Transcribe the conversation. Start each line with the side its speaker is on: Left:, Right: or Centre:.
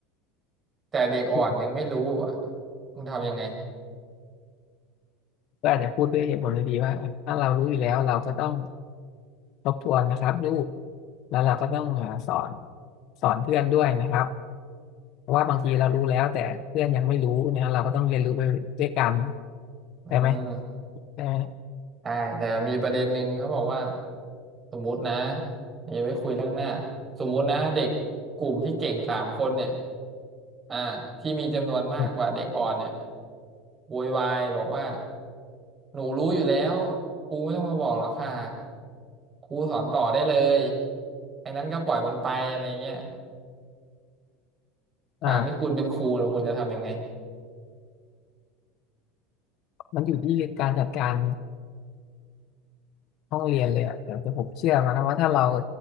Right: แต่เด็กอ่อนยังไม่รู้อ่ะ
Left: อืม
Right: มึงทำยังไง
Left: ก็อาจจะพูดด้วยเหตุผลดีๆว่าอ่ะถ้าเรารู้อยู่แล้วเราก็ต้องทบทวนนะครับลูกแล้วเราก็ต้องอ่าสอนสอนเพื่อนด้วยนะครับเพราะว่าบางทีเรารู้แล้วแต่เพื่อนยังไม่รู้นะเราก็ต้องเรียนรู้ไปด้วยกัน
Right: อืม
Left: ได้ไหมได้ไหม
Right: ได้แต่มีประเด็นหนึ่งเขาบอกว่าสมมุตินะอย่ไปคุยเรื่องหน้าสมมุตินะเด็กกลุ่มที่เก่งสามคนเนี่ยอ่าที่มีจำนวนมากกว่าเด็กอ่อนเนี่ย
Left: อืม
Right: โวยวายบอกว่าหนูรู้อยู่แล้วครูไม่ต้องมาบอกหรอกค่ะครูสอนต่อได้เลยไอ้นั้นก็ปล่อยมันไปอะไรเงี้ยการที่คุณเป็นครูเนี่ยคุณจะทำยังไง
Left: อ่ามันอยู่ที่การจัดการ ห้องเรียนเลยอ่ะแต่แต่ผมเชื่อมานะว่าถ้าเรา